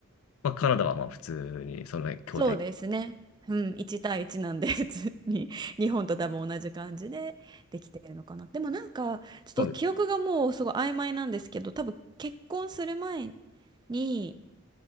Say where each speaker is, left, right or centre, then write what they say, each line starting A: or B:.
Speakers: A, on the left; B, on the right.
A: まあカナダはまあ普通にその協定。
B: そうですね。うん、1対1なんで、普通に <laughs> 日本と多分同じ感じでできてるのかな。でもなんか、ちょっと記憶がもうすごい曖昧なんですけど、
A: はい。
B: 多分結婚する前に、